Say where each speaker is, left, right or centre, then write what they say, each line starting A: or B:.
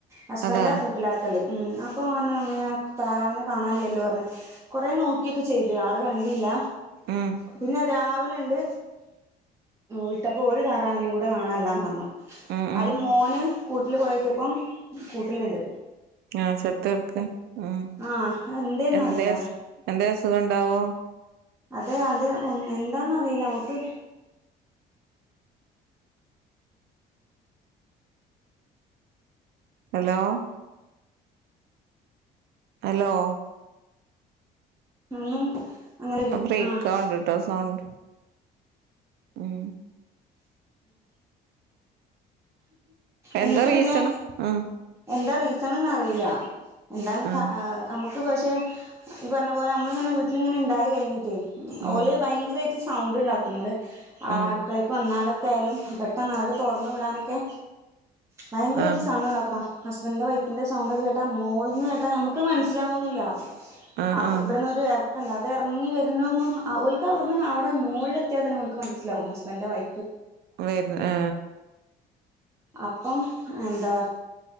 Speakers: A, on the right (about 15°); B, on the right (about 70°).
A: ഹസ്ബന്റാകൂട്ടിലാക്കല്
B: അതാ
A: ഉം അപ്പൊ പറഞ്ഞ് ഞ്ഞ് താറാവിനെ കാണല്ലല്ലോ പറഞ്ഞ് കുറെ നോക്കി ഒക്കെ ചെയ്ത് ആള് ക ണ്ടീല്ല
B: ഉം
A: പിന്നെ രാവിലെ ഇണ്ട് വിട്ടപ്പോ ഒരു താറാവിനെ കൂടെ കാണാല്ലാന്ന് പറഞ്ഞു
B: ഉം
A: അയ്ല്
B: ഉം
A: മോന് കൂട്ടിൽ പോയോക്കിയപ്പം കൂട്ടിലിണ്ട്
B: ആ ചത്ത്ടക്കാ ഉം
A: ആഹ് എന്തേന്നറിയില്ല
B: എന്തെ അ എന്തെ അസുഖം ഉണ്ടാവോ
A: അത് അത് എന്താന്നറിയില്ല നമക്ക്
B: ഹലോ ഹലോ
A: <unintelligible>
B: ബ്രേക്കാവിണ്ട്ട്ടോ
A: ആഹ്
B: സൗണ്ട് ഉം എന്താ
A: എന്നിട്ട്
B: റീസണ്
A: പിന്നെ
B: ഉം
A: എന്ത റീ സൺന്ന് അറിയില്ല എന്താണ്
B: ആഹ്
A: നമുക്ക് പക്ഷെ ഈ പറഞ്ഞ പോലെ നമ്മളിങ്ങനെ വീട്ടിലിങ്ങനെ ഇണ്ടായി കയിഞ്ഞിട്ടേ
B: ഉം
A: ഓല് ഭയങ്കരായിട്ട് സൗണ്ട് ഉണ്ടാക്കും മ്മള് അടുക്കളക്ക്
B: ഉം
A: വന്നാൽ ക്കായാലും പെട്ടെന്ന് അവര് തുറന്ന് വിടാനൊക്കെ ഭയങ്കര ആയിട്ട്
B: ആഹ്
A: സൗണ്ട് ണ്ടാക്കും ഹസ്ബന്റിന്റെ ബൈക്കിന്റെ സൗണ്ട് ഒക്കെ കേട്ടാ മോളീന്ന് കേട്ടാ നമുക്ക് മനസിലാകൊന്നുല്ല
B: ആഹ്
A: ആ
B: ആഹ്
A: ഇവിടന്നൊരു എറ ക്കണ്ട് അത് ഇറങ്ങി വരുന്നന്നും ഓൽക്ക് അവിടുന്ന് അവടെ മോളില് എത്തിയാ തന്നെ ഓൽക്ക് മനസ്സിലാവും ഹസ്ബന്റെ ബൈ
B: വരുന്ന ആ
A: അപ്പം എന്താ